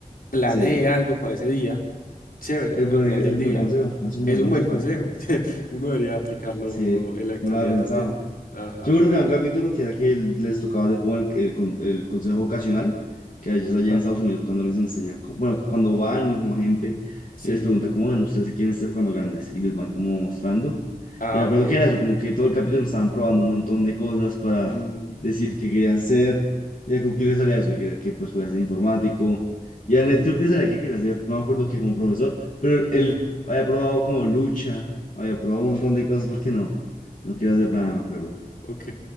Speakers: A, on the left; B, on the left.
A: planee
B: Sí,
A: algo para ese día. Chévere,
B: es,
A: al
B: buen-
A: final
B: es
A: del
B: un
A: día.
B: buen consejo, es un
A: Es
B: buen
A: un
B: consejo.
A: buen consejo. <laughs> Uno debería aplicarlo
B: Sí,
A: en la actualidad
B: no lo había
A: también.
B: pensado.
A: Ajá.
B: Yo creo que había un capítulo que era que les tocaba hacer como el, el, con- el consejo vocacional, que a ellos allá
A: Ah,
B: en Estados Unidos cuando les enseñan, co- bueno, cuando van como gente
A: sí.
B: y les preguntan como, bueno, ¿ustedes qué quieren ser cuando grandes? Y les van como mostrando.
A: Ah,
B: Y me acuerdo
A: ok.
B: que era eso, como que todo el capítulo estaban probando un montón de cosas para
A: Mm,
B: decir qué querían ser. Y a Cookie le salía eso, que, quería- que pues podía ser informático. Y a
A: ujú.
B: Ned creo que le salía que quería ser, no me acuerdo que como profesor, pero
A: Mm,
B: él había probado como lucha, había probado un montón de cosas, ¿por qué no? No quiere hacer nada, me acuerdo.
A: ok.